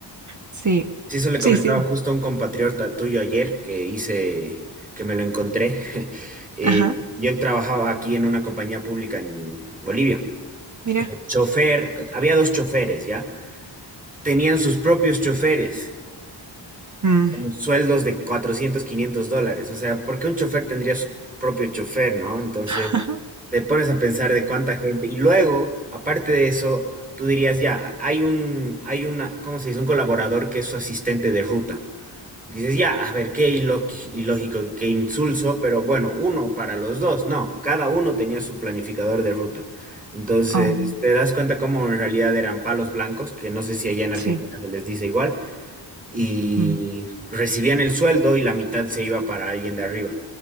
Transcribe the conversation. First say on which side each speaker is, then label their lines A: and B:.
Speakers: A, on the right; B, on the right.
A: sí,
B: Sí, eso le
A: sí,
B: comentaba
A: sí.
B: justo a un compatriota tuyo ayer que hice, que me lo encontré. <laughs> Eh,
A: Ajá,
B: yo trabajaba aquí en una compañía pública en Bolivia.
A: mira.
B: Chofer, había dos choferes, ¿ya? Tenían sus propios choferes.
A: Mm,
B: con sueldos de 400, 500 dólares. O sea, ¿por qué un chofer tendría su propio chofer, no? Entonces,
A: <laughs> ajá,
B: te pones a pensar de cuánta gente. Y luego, aparte de eso, tú dirías, ya, hay un, hay una, ¿cómo se dice? Un colaborador que es su asistente de ruta. Dices, ya, a ver, qué ilo- ilógico, qué insulso, pero bueno, uno para los dos. No, cada uno tenía su planificador de ruta. Entonces,
A: oh,
B: te das cuenta cómo en realidad eran palos blancos, que no sé si allá en Argentina
A: sí,
B: se les dice igual, y
A: mm,
B: recibían el sueldo y la mitad se iba para alguien de arriba.